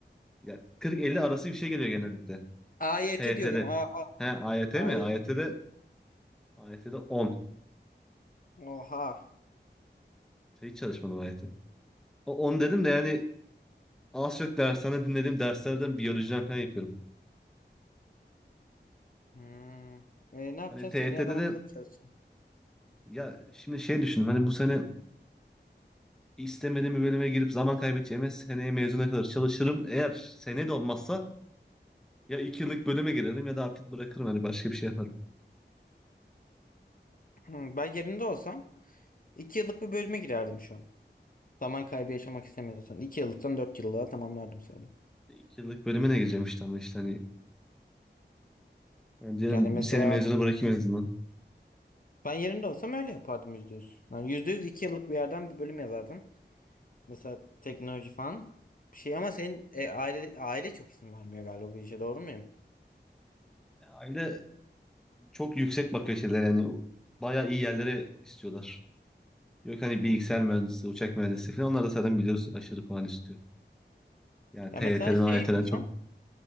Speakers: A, in the centre; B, on the left.
A: Ya 40-50 arası bir şey geliyor genellikle.
B: AYT
A: TYT'de.
B: diyorum. A, A,
A: He AYT
B: AYT.
A: mi? AYT'de AYT'de 10.
B: Oha.
A: Hiç çalışmadım AYT. O on dedim de
B: Benim-
A: yani az çok dershane dinlediğim derslerden biyolojiden falan yapıyorum.
B: Hmm. E, ne yapacaksın?
A: Hani TYT'de
B: Seneye adam
A: de
B: akıllı mı çalışacaksın?
A: ya şimdi şey düşündüm hani bu sene istemediğim bir bölüme girip zaman kaybedeceğime seneye mezuna kadar çalışırım. Eğer sene de olmazsa ya 2 yıllık bölüme girerim ya da artık bırakırım hani başka bir şey yaparım.
B: Hmm, Ben yerinde olsam 2 yıllık bir bölüme girerdim şu an. Zaman kaybı yaşamak istemiyorsan. 2 yıllıktan 4 yıllığa tamamlardım sonra.
A: 2 yıllık bölüme ne gireceğim işte ama işte hani yani diyelim
B: Yani mesela
A: bir sene mezuna bırakayım en azından.
B: Ben yerinde olsam öyle yapardım yüzde yüz. Yani yüzde yüz iki yıllık bir yerden bir bölüm yazardım. Mesela teknoloji falan bir şey ama senin e, aile aile çok izin vermiyor galiba bu işe doğru muyum?
A: Aile çok yüksek bakıyor şeyler yani bayağı iyi yerlere istiyorlar. Yok hani bilgisayar mühendisi, uçak mühendisi falan onlar da zaten biliyorsun aşırı puan istiyor. Yani
B: Ya
A: T1'ten
B: mesela şey
A: TYT'den, AYT'den
B: yapsan
A: çok.